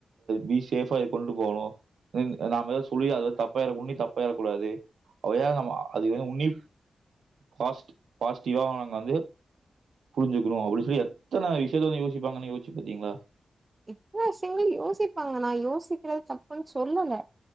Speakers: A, on the right (about 80°); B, on the right (about 35°).
A: பி சேஃபா கொண்டு போணு அது நாம எது சொல்லி அது தப்பாயிரமுணடி தப்பாயிரக்கூடாது ஏ நம்ம அத உன்னி பாஸ்ட் பாசிட்டிவா நாங்க வந்து புரிஞ்சுக்கணு அப்டின்னு சொல்லி எத்தன விஷயத்த யோசி இருப்பாங்கன்னு யோஸ்ச்சி பாத்தீங்களா
B: இத்தன விஷயங்கள யோசிப்பாங்க நா யோசிக்கறத தப்புன்னு சொல்ல